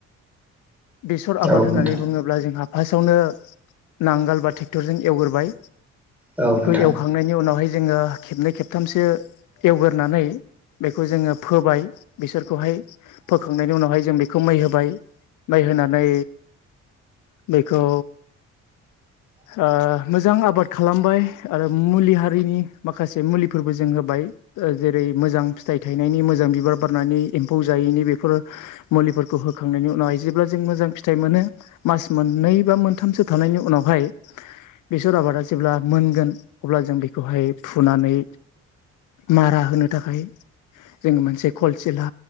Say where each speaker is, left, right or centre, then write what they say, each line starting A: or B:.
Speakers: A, on the left; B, in the centre.
A: बेसर आबाद
B: औ
A: होननानै
B: नोंथां
A: बुङोब्ला जोंहा फार्स्टआवनो नांगोल बा ट्रेक्टरजों एवग्रोबाय
B: औ नोंथां औ
A: बेखौ
B: नोंथां
A: एवखांनायनि उनावहाय जोंङो खेबनै खेबथामसो एवगोरनानै बेखौ जोंङो फोबाय बिसरखौहाय फोखांनायनि उनावहाय जों बेखौ मै होबाय माइ होनानै बेखौ
B: <inaudible>
A: ओ मोजां आबाद खालामबाय आरो मुलि हारिनि माखासे मुलिफोरबो जों होबाय ओ‌ जेरै मोजां फिथाइ थायनायनि मोजां बिबार बारनानै एम्फौ जायैनि बेफोर मुलिफोरखौ होखांनायनि उनावहाय जेब्ला जों मोजां फिथाइ मोनो मास मोननै बा मोनथामसो थानायनि उनावहाय बेसर आबादा जेब्ला मोनगोन अब्ला जों बेखौहाय फुनानै मारा होनो थाखाय जोंङो मोनसे खलसिला